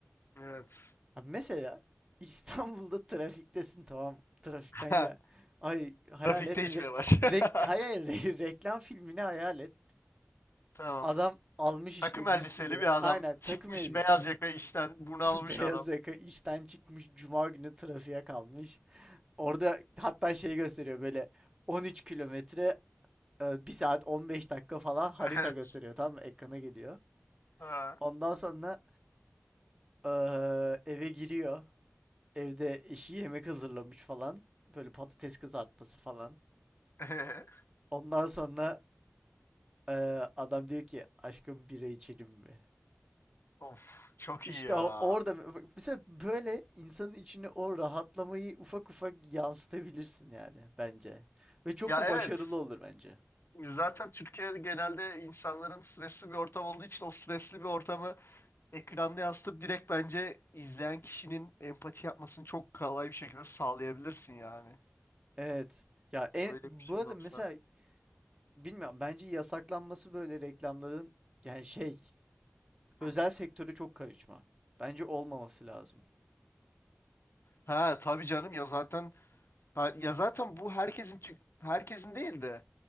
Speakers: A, on the left; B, on the right.
A: Evet.
B: Ha mesela İstanbul'da trafiktesin tamam mı? Trafikten
A: <laughs>
B: ya. Ay hayal
A: Trafikte
B: et. re-
A: içmeye baş.
B: rek-
A: <laughs>
B: hayal re- reklam filmini hayal et.
A: Tamam.
B: Adam almış işte
A: Takım elbiseli
B: bir sürü.
A: bir adam.
B: Aynen
A: Çıkmış
B: takım elbiseli.
A: beyaz yaka işten bunalmış
B: <laughs> Beyaz
A: adam.
B: yaka işten çıkmış. Cuma günü trafiğe kalmış. Orada hatta şey gösteriyor böyle 13 kilometre e, bir saat 15 dakika falan harita
A: Evet.
B: gösteriyor tamam mı? Ekrana geliyor.
A: Ha.
B: Ondan sonra e, eve giriyor. Evde eşi yemek hazırlamış falan. Böyle patates kızartması falan.
A: <laughs>
B: Ondan sonra e, adam diyor ki aşkım bira içelim mi?
A: Of, çok
B: İşte
A: iyi ya.
B: o- orada bak mesela böyle insanın içine o rahatlamayı ufak ufak yansıtabilirsin yani bence. Ve çok
A: Ya
B: da
A: evet.
B: başarılı olur bence.
A: Zaten Türkiye'de genelde insanların stresli bir ortam olduğu için o stresli bir ortamı ekranda yansıtıp direkt bence izleyen kişinin empati yapmasını çok kolay bir şekilde sağlayabilirsin yani.
B: Evet. Ya en,
A: Ya Böyle
B: bu
A: bir şey
B: arada
A: olsa.
B: mesela bilmiyorum bence yasaklanması böyle reklamların yani şey özel
A: Hı.
B: sektöre çok karışma. Bence olmaması lazım.
A: Ha tabii canım ya zaten ha, ya zaten bu herkesin tük- herkesin değil de